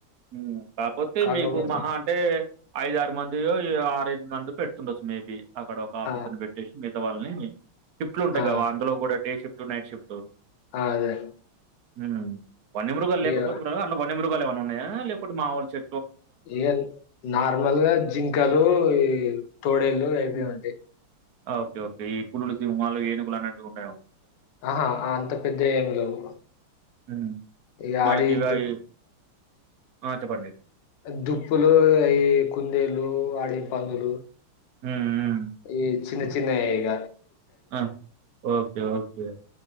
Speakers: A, on the right (about 55°); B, on the left (about 65°).
A: మ్ కాపోతే
B: కాకపోతే
A: మీకు మహా అంటే ఐదారు మందియో ఏ ఆరు ఐదు మంది పెడుతుండొచ్చు మేబి అక్కడ ఒక ఆఫీసర్
B: ఆ
A: ని పెట్టేసి తోవల్ని టిప్లు ఉంటాయి
B: ఆ
A: కదా అందలో డే షిఫ్ట్ నైట్ షిఫ్ట్
B: ఆ అదే
A: హోమ్ వన్య మృగాలు లేకపోతే
B: ఇగ
A: దాన్లో వన్య మృగాలు ఏమనున్నయా లేడు మాములు చె
B: ఇ నార్మల్గా జింకలు ఈ తోడేళ్ళ అయిపోయిమంటే
A: హ్మ్. ఓకే ఓకే ఈ పులులు సింహాలు ఏనుగులు అన్నటివి ఉండవు
B: ఆహా అంత పెద్ద ఏమి లేవు
A: హ్మ్.
B: ఈ
A: మనకిగా
B: ఆడి తూ
A: ఇప్పుడు ఈ ఆ! చెప్పండి.
B: దుప్పులు అవి కుందేలు అడవి పందులు
A: ఓ ఓ
B: ఈ చిన్న చిన్న ఈగ
A: ఆ ఓకే ఓకే